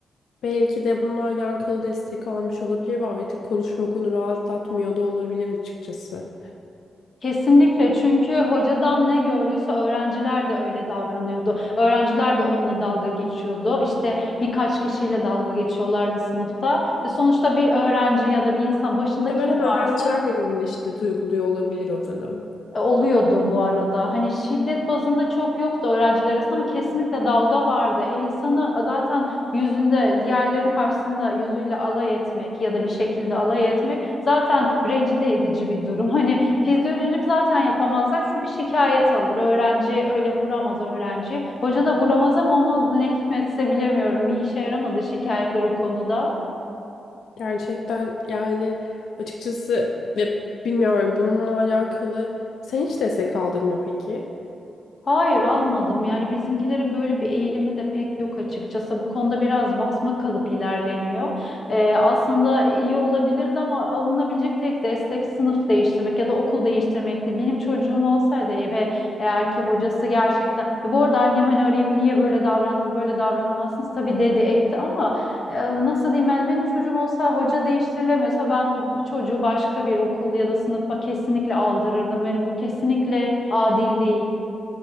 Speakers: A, on the left; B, on the left.
A: Belki de bununla alakalı destek almış olabilir ve artık konuşma konu rahatlatmıyor da olabilir açıkçası.
B: Kesinlikle çünkü hocadan ne gördüyse öğrenciler de öyle davranıyordu. Öğrenciler de onunla dalga geçiyordu. İşte birkaç kişiyle dalga geçiyorlardı sınıfta. Ve sonuçta bir öğrenci ya da bir insan başında
A: Muhtemelen
B: kim varsa
A: öğrenciler de birbirine şiddet uyguluyor olabilir o dönem.
B: e, oluyordu bu arada. Hani şiddet bazında çok yoktu öğrenciler arasında ama kesinlikle dalga vardı. E, insanı zaten yüzünde diğerlerinin karşısında yüzüyle alay etmek ya da bir şekilde alay etmek zaten rencide edici bir durum. <laughs> Hani fizyolojik zaten yapamazlar çünkü şikayet alır. Öğrenci öyle vuramaz öğrenci. Hoca da vuramaz ama onun ne hikmetse bilemiyorum. Bir işe yaramadı şikayetler o konuda.
A: Gerçekten yani açıkçası ya bilmiyorum bununla alakalı. Sen hiç destek aldın mı peki?
B: Hayır almadım. Yani bizimkilerin böyle bir eğilimi de pek yok açıkçası. Bu konuda biraz basma kalıp ilerleniyor. Ee, aslında iyi olabilirdi ama alınabilecek tek destek sınıf değiştirmek ya da okul değiştirmekti. Benim çocuğum olsaydı eve eğer ki hocası gerçekten... Ya bu arada annem hani arayıp niye böyle davrandınız, böyle davranamazsınız tabii dedi etti ama e, nasıl diyeyim yani benim çocuğum olsa hoca değiştirilemiyorsa ben o çocuğu başka bir okul ya da sınıfa kesinlikle aldırırdım. Yani bu kesinlikle adil değil.